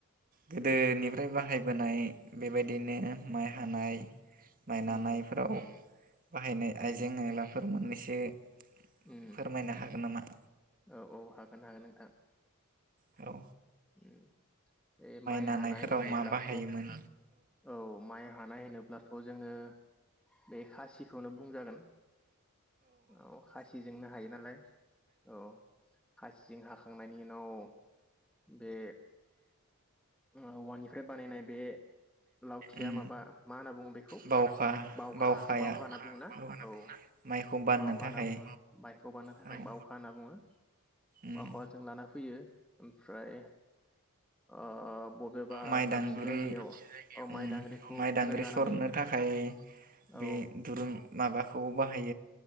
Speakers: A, on the right; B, in the centre.
A: गोदोनिफ्राय बाहायबोनाय बेबायदिनो माइ हानाय माइ नानायफोराव
B: उम
A: बाहायनाय
B: उम
A: आइजें आयलाफोर मोननैसो ए
B: उम
A: फोरमायनो हागोन नामा?
B: औ औ हागोन हागोन नोंथां
A: औ
B: उम बे माइ
A: नानायफोराव
B: हानाय होनोब्लाथ
A: मा बाहायोमोन
B: औ माइ हानाय होनोब्लाथ जोङो बे खासिखौनो बुंजागोन औ खासिजोंनो हायो नालाय औ खासिजोंं हाखांनायनि उनाव बे औवानिफ्राय बानायनाय बे लावथिया
A: उम
B: माबा मा होनना बुङो बेखौ
A: बावखा
B: बावखा
A: बावखाया
B: बावगा
A: औ
B: होनना बुङो ना औ
A: माइखौ बाननो
B: बावखा
A: थाखाय
B: होनना बुङो मायखौ बाननो थाखाय
A: औ
B: बावखा होनना बुङो
A: उम
B: बावखाजों लाना फैयो ओमफ्राय ओ बबेबा
A: माइदांगि्
B: दाबसे जायगायाव औ माइ
A: उम
B: दांग्रिखौ
A: माइदांग्रि
B: रोगानानै
A: सरनो थाखाय
B: औ
A: बे दुरुं माबाखौ बाहायो